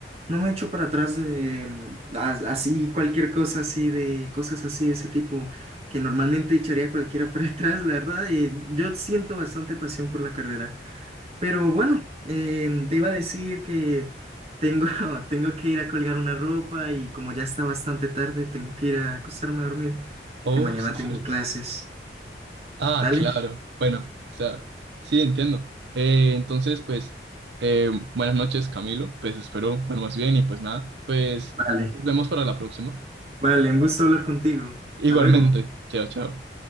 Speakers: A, on the right; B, on the right.
A: no me echo para atrás de mm, as- así, cualquier cosa así, de cosas así de ese tipo que normalmente echaría cualquiera para <laughs> atrás. La verdad, eh, yo siento bastante pasión por la carrera. Pero bueno, em, te iba a decir que tengo, <laughs> tengo que ir a colgar una ropa y como ya está bastante tarde, tengo que ir a acostarme a dormir porque
B: Oh,
A: mañana
B: sí,
A: tengo
B: cierto.
A: clases.
B: Ah,
A: ¿Dale?
B: claro. Bueno, o sea, sí, entiendo. Eh, entonces, pues, eh, buenas noches, Camilo. Pues espero bueno, más bien y pues nada, pues
A: Vale.
B: nos vemos para la próxima.
A: Vale, un gusto hablar contigo.
B: Igualmente.
A: Hasta luego.
B: Chao, chao.